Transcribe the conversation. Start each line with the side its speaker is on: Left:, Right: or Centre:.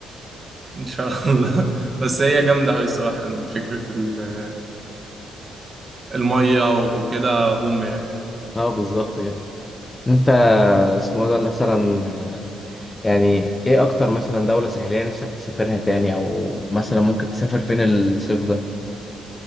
Right: إن شاء الله <laughs> بس هي جامدة أوي الصراحة فكرة ال- المية وكده بوم يعني
Left: أه بالظبط كده أنت اسمه ده مثلا آه، يعني إيه أكتر مثلا دولة ساحلية نفسك تسافرها تاني أو مثلا ممكن تسافر فين الصيف